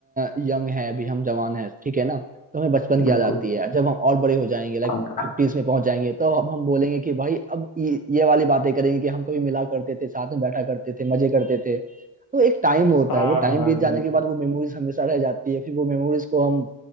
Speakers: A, on the right; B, on the left.
A: यंग हैं अभी हम जवान हैं ठीक है ना तो हमें बचपन की
B: बिल्कुल
A: याद आती है जब हम और बड़े हो जाएंगे लाइक
B: अब-
A: फिफ्टीज में पहुंच जाएंगे तो अब हम बोलेंगे कि भाई अब ये, ये वाली बातें करेंगे कि हम कभी मिला करते थे साथ में बैठा करते थे मजे करते थे तो एक टाइम होता
B: हाँ
A: है वो टाइम
B: हाँ
A: बीत जाने
B: बिल्कुल
A: के बाद वो मेमोरीज हमेशा रह जाती है फिर वो मेमोरीज को हम